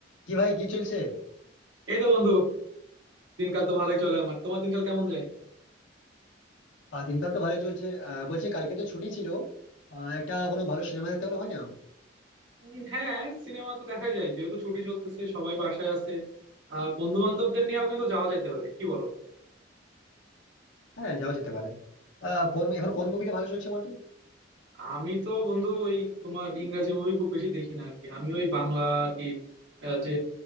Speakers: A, on the left; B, on the right.
A: কি ভাই কি চলছে
B: এই তো বন্ধু দিনকাল তো ভালোই চলে আমার তোমার দিনকাল কেমন যায়
A: আহ, দিনকাল তো ভালোই চলছে আহ, বলছি কালকে তো ছুটি ছিল আহ, একটা কোনো ভালো সিনেমা দেখতে হলে হয় না
B: উম, হ্যাঁ সিনেমা তো দেখাই যায় যেহেতু ছুটি চলতেছে সবাই বাসায় আছে আর বন্ধু বান্ধবদের নিয়েও কিন্তু যাওয়া যাইতে পারে কি বলো
A: হ্যাঁ যাওয়া যেতে পারে আহ, কোন এখন কোন মুভিটা ভালো চলছে বলতো
B: আমি তো বন্ধু ওই তোমার ইংরাজি মুভি খুব বেশি দেখি না আর কি আমি ওই বাংলা আর কি আহ, যে